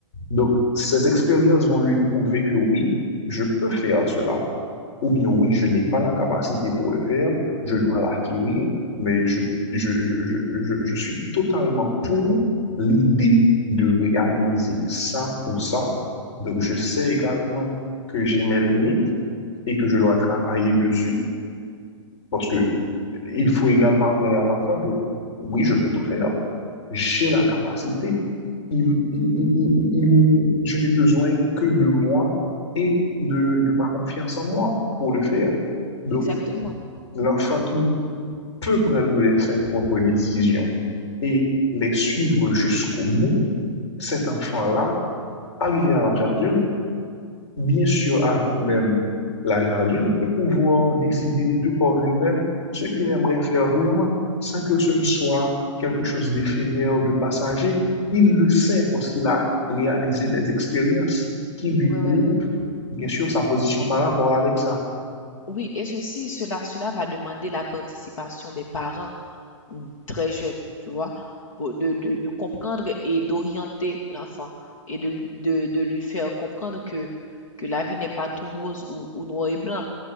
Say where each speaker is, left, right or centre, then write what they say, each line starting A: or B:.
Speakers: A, on the left; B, on the left.
A: Donc, ces expériences vont lui prouver que oui, je peux faire cela, ou bien oui, je n'ai pas la capacité pour le faire, je dois l'acquérir, mais je, je, je, je, je- je suis totalement pour l'idée de réaliser ça ou ça. Donc, je sais également que j'ai mes limites et que je dois travailler dessus. Parce que il faut également apprendre à l'enfant que oui, je peux tout faire. J'ai la
B: Oui,
A: capacité. Il- il- il- il- il- je n'ai besoin que de moi et de, de ma confiance en moi pour le faire. Donc,
B: Exactement.
A: l'enfant qui peut prendre les- ses propres décisions et les suivre jusqu'au bout, cet enfant-là, arrivé à l'âge adulte, bien sûr, avant même l'agent adulte, peut pouvoir décider de par lui-même ce qu'il aimerait faire vraiment, sans que ce ne soit quelque chose d'éphémère ou de passager. Il le sait parce qu'il a réalisé des expériences qui lui
B: Ouais,
A: prouvent,
B: ouais.
A: bien sûr, sa position par rapport avec ça.
B: Oui, et ceci, cela, cela va demander la participation des parents très jeunes, tu vois, pour- de, de, de comprendre et d'orienter l'enfant et de, de, de lui faire comprendre que, que la vie n'est pas tout rose ou, ou noir et blanc.